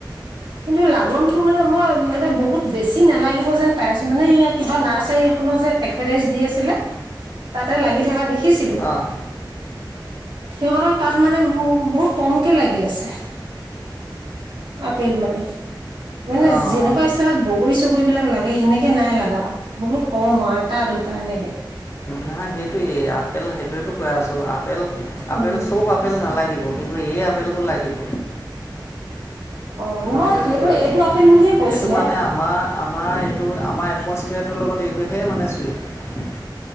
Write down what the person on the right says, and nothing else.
কিন্তু লাগনটো মানে মই মানে বহুত বেছি নালাগিব যেন পাই আছো মানে ইয়াৰ কিবা নাৰ্চাৰী এখনৰ যে একভেটাইজ দি আছিলে তাতে লাগি থকা দে দেখিছিলো
সিহঁতৰ তাত মানে ম বহুত কমকে লাগি আছে। তেইল মানে মানে
যেনেকুৱা। আগত বগৰী চগৰী বিলাক লাগে সেনেকে নাই লাগা বহুত কম হয় আৰু এটা দুটা এনেকে।
উম
অ নহয়
সেইটো
এইটো আপেল বুলিয়ে কৈছিলে।